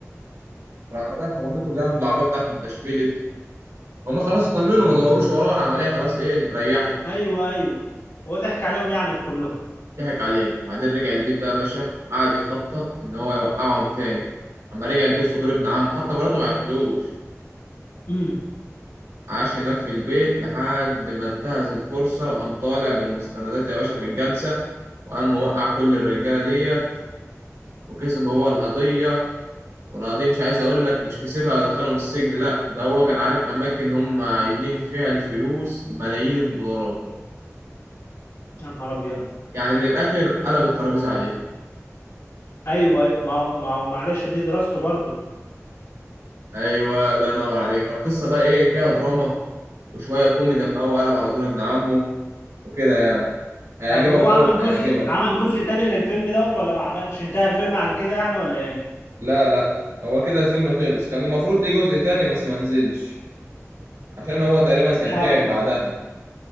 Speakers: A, on the right (about 85°); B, on the left (about 70°).
A: والعربية خبطته جامد العربية بتاعته اتدشملت هما خلاص اطمنوا ما دوروش وراه العملية خلاص ايه ريحت
B: ايوه ايوه هو ضحك عليهم يعني كلهم
A: ضحك عليهم وبعدين رجع البيت بقى يا باشا وقعد يخطط ان هو يوقعهم تاني اما رجع البيت في دور ابن عمه حتى مراته ما عرفتلوش
B: امم
A: عاش هناك في البيت لحد ما انتهز الفرصة وقام طالع بالمستندات يا باشا في الجلسة وقام موقع كل الرجالة ديت وكسب هو القضية ولا دي مش عايز اقول لك مش كسبها ودخلهم السجن لا ده هو كان عارف اماكن هم عايزين فيها الفلوس ملايين الدولارات
B: يا نهار ابيض
A: يعني من الاخر قلب الترابيزه عليهم
B: ايوه أيوة. ما هو- ما هو معلش دي دراسته برضه
A: ايوه الله ينور عليك فالقصه بقى ايه فيها دراما وشويه كوميدي اما هو قلب على دور ابن عمه وكده يعني هيعجبك
B: لا هو
A: او
B: عمل
A: هيعجبك
B: جزء عمل جزء تاني للفيلم دوت ولا ما عملش انتهى الفيلم عن كده يعني ولا ايه
A: لا لا هو كده الفيلم خلص كان المفروض ليه جزء تاني بس ما نزلش عشان هو تقريبا
B: طب يا سيدي
A: كان
B: هقول
A: تعب بعدها